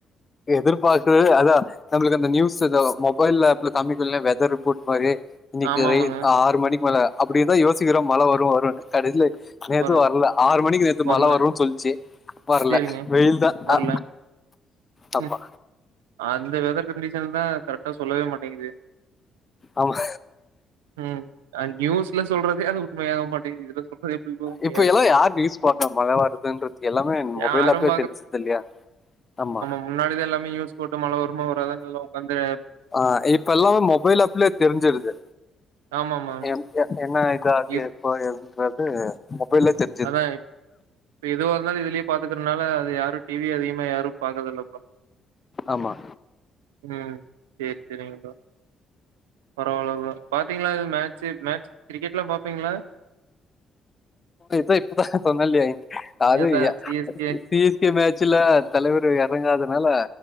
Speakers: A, on the left; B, on the right.
A: எதிர்பாக்க அதா நம்மளுக்கு அந்த நியூஸ்தா மொபைல் ஆப்ல கமிக்குல வெதர் ரிப்போர்ட் மாரி இன்னிக்கு
B: ஆமாமாங்க.
A: ரைன் ஆறு மணிக்கு மேல அப்டிதா யோசிக்கிறோ மழ வரு வருன்னு கடைசில நேத்து
B: வர
A: வர்ல ஆறு மணிக்கு நேத்து
B: வரல.
A: மழ வரு சொல்ச்சு வர்ல
B: சரிங்க.
A: வெயில்தா
B: வரல.
A: அ தப்பா
B: ம். அந்த வெதர் கண்டிஷன்தா கரெக்டா சொல்லவே மாட்டேங்குது
A: ஆமா
B: ம் ஆ நியூஸ்ல சொல்றதே அது உண்மையாக மாட்டேங்குது இதுல சொல்றது எப்படி ப்ரோ உண்மையா
A: இப்ப
B: இருக்கும்?
A: எல்லா யார் நியூஸ் பாக்கா மழ வருதுன்றது எல்லாமே
B: யாரும்
A: மொபைல் ஆப்லயே தெரிஞ்சிருது இல்லையா ஆமா
B: முன்னாடிதா எல்லாமே நியூஸ் போட்டு மழ வருமா வராதான்னு எல்லா உக்காந்து
A: ஆ இப்ப எல்லாமே மொபைல் ஆப்லயே தெரிஞ்சிருது
B: ஆமாமா.
A: ஏ என்ன இது அது
B: இப்
A: எப்ப என்னன்றது மொபைலயே தெரிஞ்சி
B: அதா இப் ப எதுவா இருந்தாலு இதுலயே பாத்துக்கறனால அது யாரு டி வி அதிகமா யாரு பாக்கறது இல்ல போல
A: ஆமா
B: ம் சேர் சேரிங்க ப்ரோ பரவாயில்ல ப்ரோ பாத்தீங்களா எது மேட்சு மேட்ச் கிரிக்கெட்ல்லா பாப்பீங்களா
A: இதோ இப்பதா சொன்னன்லையா அது
B: அதா
A: யா
B: சி எஸ் கே
A: டீஸ் டீம் மேட்சுல தலைவர் எறங்காததுனால